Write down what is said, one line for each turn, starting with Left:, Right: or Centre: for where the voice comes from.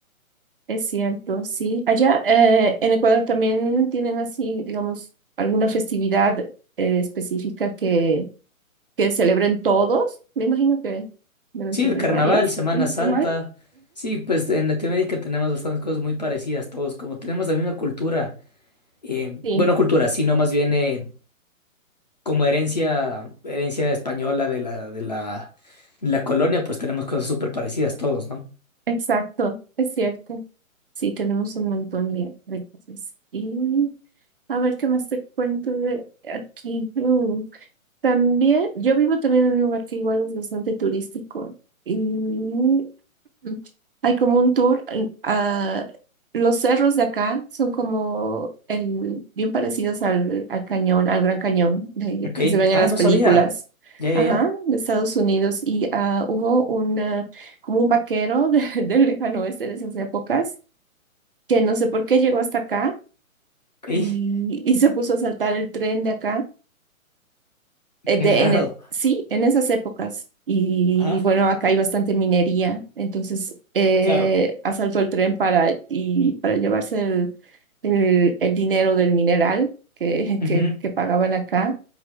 Right: es cierto, sí. Allá eh, en Ecuador también tienen así, digamos, alguna festividad eh, específica que, que celebren todos. Me imagino que deben
Left: Sí,
Right: tener
Left: el carnaval,
Right: varias.
Left: Semana
Right: Ujú,
Left: Santa.
Right: Igual.
Left: Sí, pues en Latinoamérica tenemos bastantes cosas muy parecidas todos, como tenemos la misma cultura, eh,
Right: Sí,
Left: bueno, cultura, sino más bien eh, como herencia, herencia española de la, de la, de la colonia, pues tenemos cosas súper parecidas todos, ¿no?
Right: exacto, es cierto. Sí, tenemos un montón de, de cosas. Y a ver qué más te cuento de aquí. Mm, También, yo vivo también en un lugar que igual es bastante turístico. Y Mm. Hay como un tour en- a los cerros de acá son como el, bien parecidos al, al cañón, al Gran Cañón de-
Left: Ok.
Right: que se ven
Left: Ah,
Right: en las
Left: no
Right: películas,
Left: sabía. Ya, ya,
Right: ajá,
Left: ya.
Right: de Estados Unidos. Y ah, hubo una, como un vaquero de- <laughs> del lejano oeste de esas épocas que no sé por qué llegó hasta acá
Left: Ok. <laughs>
Right: y, y se puso a saltar el tren de acá eh,
Left: Qué
Right: de-
Left: raro.
Right: en e- sí, en esas épocas. Y
Left: Ajá.
Right: bueno, acá hay bastante minería, entonces eh,
Left: Claro.
Right: asaltó el tren para, y, para llevarse el, el, el dinero del mineral que, <laughs>
Left: Ujú.
Right: que, que pagaban acá.